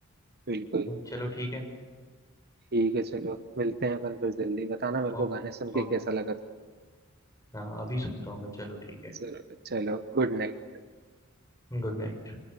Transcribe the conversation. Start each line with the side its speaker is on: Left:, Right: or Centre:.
Right: बिल्कुल
Left: चलो ठीक है
Right: ठीक है चलो मिलते हैं अपन फिर जल्दी बताना मेरे
Left: ओ-
Right: को गाने सुन के
Left: ओके
Right: कैसा लगा तुम
Left: हाँ अभी सुनता हूँ मैं चलो ठीक है
Right: जरूर चलो गुड नाइट
Left: Good night